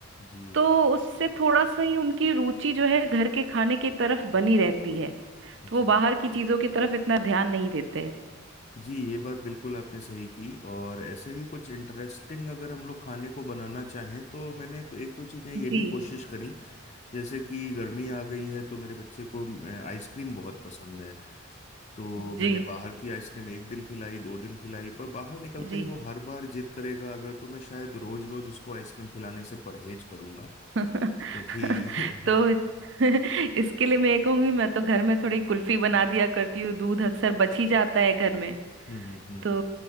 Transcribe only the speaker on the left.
जी
जी
जी ये बात बिल्कुल आपने सही की और ऐसे ही कुछ इंटरेस्टिंग अगर हम लोग खाने को बनाना चाहें तो मैंने एक दो चीज़ें ये
भी कोशिश करी जैसे कि गर्मी आ गई है तो मेरे बच्चे को अ, आइसक्रीम बहुत पसंद है तो
मैंने बाहर की आइसक्रीम एक दिन खिलाई दो दिन खिलाई पर बाहर निकलते
ही वो हर बार जिद करेगा अगर तो मैं शायद रोज रोज उसको आइसक्रीम खिलाने से परहेज करूंगा
क्योंकि <laughs> हाँ
हम्म हम्म